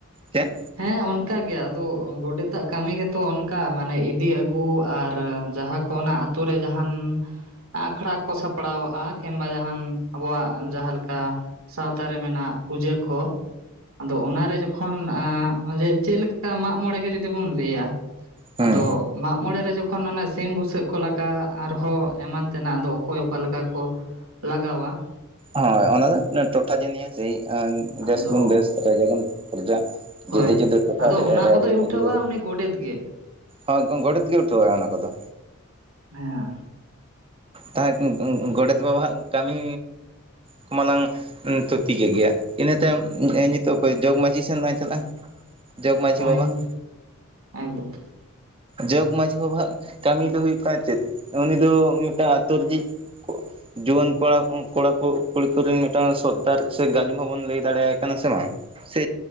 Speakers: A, on the right; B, on the right.
A: ᱪᱮᱫ?
B: ᱦᱮᱸ ᱚᱱᱠᱟ ᱜᱮ ᱟᱫᱚ ᱜᱚᱰᱮᱛᱟᱜ ᱠᱟᱹᱢᱤ ᱜᱮᱛᱚ ᱚᱱᱼᱼ ᱼᱼᱠᱟ ᱢᱟᱱᱮ ᱤᱫᱤ ᱟᱹᱜᱩ ᱟᱨ ᱡᱟᱦᱟᱸ ᱠᱚ ᱚᱱᱟ ᱟᱛᱳ ᱨᱮ ᱡᱟᱦᱟᱱ ᱟᱠᱷᱲᱟ ᱠᱚ ᱥᱟᱯᱲᱟᱣᱟᱜᱼᱟ ᱠᱤᱢᱵᱟ ᱡᱟᱦᱟᱱ ᱟᱵᱚᱣᱟᱜ ᱡᱟᱦᱟᱸ ᱞᱮᱠᱟ ᱥᱟᱶᱛᱟ ᱨᱮ ᱢᱮᱱᱟᱜ ᱯᱩᱡᱟᱹ ᱠᱚ ᱟᱫᱚ ᱚᱱᱟᱨᱮ ᱡᱚᱼᱼ ᱼᱠᱷᱚᱱ ᱡᱮ ᱪᱮᱞᱮᱠᱟ ᱢᱟᱜ ᱢᱚᱬᱮ ᱜᱮ ᱡᱩᱫᱤ ᱵᱚᱱ ᱞᱟᱹᱭᱟ
A: ᱦᱮᱸ
B: ᱟᱫᱚ ᱢᱟᱜ ᱢᱚᱬᱮ ᱨᱮ ᱡᱚᱠᱼᱼ ᱼᱼᱠᱷᱚᱱ ᱚᱱᱮ ᱥᱤᱢ ᱵᱩᱥᱟᱹᱜ ᱠᱚ ᱞᱮᱠᱟ ᱟᱨᱦᱚᱸ ᱮᱢᱟᱱ ᱛᱮᱱᱟᱜ ᱫᱚ ᱚᱠᱚᱭ ᱚᱠᱟ ᱞᱮᱠᱟ ᱠᱚ ᱞᱟᱜᱟᱣᱟ
A: ᱦᱳᱭ ᱚᱱᱟ ᱫᱚ ᱴᱚᱴᱷᱟ ᱡᱮᱱᱟᱹᱭᱟ ᱥᱟᱹᱭ ᱵᱮᱥ
B: ᱟᱫᱚ
A: ᱜᱩᱱ ᱵᱮᱥ ᱚᱠᱚᱭ ᱡᱮᱢᱚᱱ ᱯᱚᱨᱡᱟ ᱡᱩᱫᱟᱹ
B: ᱦᱳᱭ
A: ᱡᱩᱫᱟᱹ ᱴᱚᱴᱷᱟ
B: ᱟᱫᱚ
A: ᱨᱮ
B: ᱚᱱᱟ
A: ᱨᱟᱭ
B: ᱠᱚᱫᱚᱭ
A: ᱨᱤᱛ ᱦᱚ
B: ᱩᱴᱷᱟᱹᱣᱟ
A: ᱡᱩᱫᱟᱹ ᱜᱮ
B: ᱩᱱᱤ ᱜᱚᱰᱮᱛ ᱜᱮ
A: ᱦᱳᱭ ᱜᱚᱝ ᱜᱚᱰᱮᱛ ᱜᱮ ᱩᱴᱷᱟᱹᱣᱟᱭ ᱚᱱᱟ ᱠᱚᱫᱚ
B: ᱦᱮᱸ
A: ᱛᱟᱦᱮᱸ ᱜᱚᱰᱮᱛ ᱵᱟᱵᱟᱣᱟᱜ ᱠᱟᱹᱢᱤ ᱠᱚ ᱢᱟᱞᱟᱝ ᱛᱷᱩᱛᱤ ᱠᱮᱫ ᱜᱮᱭᱟ ᱤᱱᱟᱹ ᱛᱟᱭᱚᱢ ᱱᱤᱛᱚᱜ ᱚᱠᱚᱭ ᱡᱚᱜᱽ ᱢᱟᱺᱡᱷᱤ ᱥᱮᱫ ᱞᱟᱝ ᱪᱟᱞᱟᱜᱼᱟ ᱡᱚᱜᱽ ᱢᱟᱺᱡᱷᱤ
B: ᱦᱳᱭ
A: ᱵᱟᱵᱟ
B: ᱮᱠᱫᱚᱢ
A: ᱡᱚᱜᱽ ᱢᱟᱺᱡᱷᱤ ᱵᱟᱵᱟ ᱦᱟᱜ ᱠᱟᱹᱢᱤ ᱫᱚ ᱦᱩᱭᱩᱜ ᱠᱟᱱᱟ ᱪᱮᱫ ᱩᱱᱤ ᱫᱚ ᱢᱤᱫᱴᱟᱝ ᱟᱛᱳ ᱨᱤᱡᱤᱡ ᱡᱩᱣᱟᱹᱱ ᱠᱚᱲᱟ ᱠᱚᱲᱟ ᱠᱩᱲᱤ ᱠᱚᱨᱮᱱ ᱢᱤᱫᱴᱟᱝ ᱥᱚᱫᱟᱨ ᱥᱮ ᱜᱟᱹᱞᱤᱢ ᱦᱚᱵᱚᱱ ᱞᱟᱹᱭ ᱫᱟᱲᱮᱭᱟᱭ ᱠᱟᱱᱟ ᱥᱮ ᱵᱟᱝ ᱥᱮ